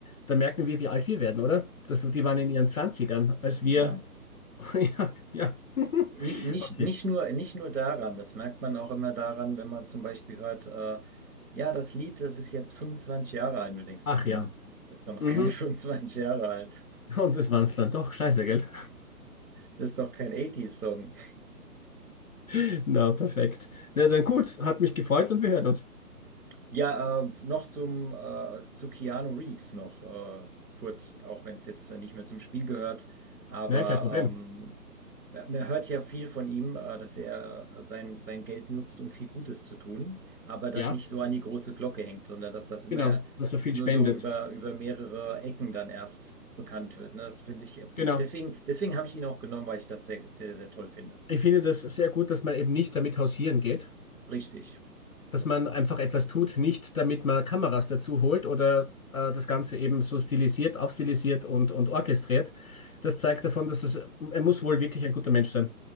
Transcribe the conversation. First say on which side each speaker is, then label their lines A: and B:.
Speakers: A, on the left; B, on the right.
A: da merken wir, wie alt wir werden, oder? Das, die waren in ihren Zwanzigern, als
B: Ja.
A: wir. <laughs> Ja, ja. <laughs>
B: Nicht, nicht,
A: Okay.
B: nicht nur, nicht nur daran, das merkt man auch immer daran, wenn man zum Beispiel hört, äh, ja, das Lied, das ist jetzt 25 Jahre alt. Und du denkst
A: Ach
B: so, Moment,
A: ja.
B: das ist doch noch
A: Mhm.
B: keine 25 <laughs> Jahre alt.
A: Und das waren es dann doch. Scheiße, gell?
B: Das ist doch kein 80s-Song.
A: <laughs> Na, perfekt. Na dann gut, hat mich gefreut und wir hören uns.
B: Ja, äh, noch zum, äh, zu Keanu Reeves noch äh, kurz, auch wenn es jetzt äh, nicht mehr zum Spiel gehört. Aber
A: Nein, kein Problem.
B: ähm, man man hört ja viel von ihm, äh, dass er äh, sein, sein Geld nutzt, um viel Gutes zu tun, aber das
A: Ja,
B: nicht so an die große Glocke hängt, sondern dass das immer
A: genau, dass er viel
B: nur
A: spendet.
B: so über, über mehrere Ecken dann erst bekannt wird. Ne? Das finde ich, finde
A: Genau.
B: ich. Deswegen, deswegen habe ich ihn auch genommen, weil ich das sehr, sehr, sehr toll finde.
A: Ich finde das sehr gut, dass man eben nicht damit hausieren geht.
B: Richtig.
A: dass man einfach etwas tut, nicht damit man Kameras dazu holt oder äh, das Ganze eben so stilisiert, aufstilisiert und, und orchestriert. Das zeigt davon, dass es, er muss wohl wirklich ein guter Mensch sein.